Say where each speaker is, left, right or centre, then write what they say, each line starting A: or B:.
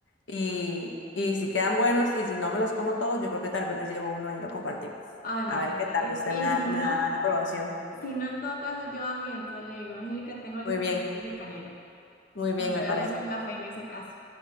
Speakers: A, on the left (about 85°); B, on the left (about 50°).
A: Y, y si quedan buenos y si no me los como todos, yo creo que tal vez les llevo uno ahí y lo compartimos.
B: Ay, me
A: A
B: encantaría.
A: ver qué tal, usted
B: Y
A: me da,
B: si
A: me
B: no,
A: da la aprobación.
B: si no, en todo caso, yo hago y entonces le digo, Angélica, tengo listos
A: Muy bien,
B: los rollos de canela.
A: muy bien,
B: Nos bebemos
A: me parece.
B: un café en ese caso.